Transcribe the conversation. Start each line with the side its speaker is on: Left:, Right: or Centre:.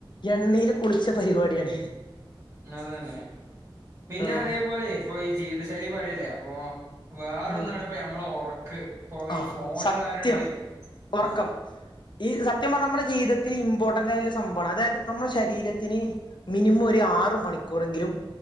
Left: എണ്ണയിൽ കുളിച്ച പരിപാടിയാണ്
Right: അതന്നെ പിന്നെ
Left: ആഹ്
Right: അതേപോലെ ഇപ്പൊ ഈ ജീവിത ശൈലി പറയല്ലേ അപ്പൊ വേറൊന്നാണ്
Left: ഉം
Right: ഇപ്പ ഞമ്മള ഒറക്ക് ഇപ്പൊ ഈ
Left: ആഹ്
Right: ഫോണ്
Left: സത്യം
Right: കാരണല്ലേ
Left: ഒറക്കം
Right: ആഹ്
Left: ഈ സത്യം പറഞ്ഞാ അമ്മള ജീവിതത്തിൽ ഇമ്പോർട്ടന്റ് ആയരു സംഭവമാണ് അതായത് നമ്മ ശരീരത്തിന് മിനിമം ഒരു ആറ് മണിക്കൂറെങ്കിലും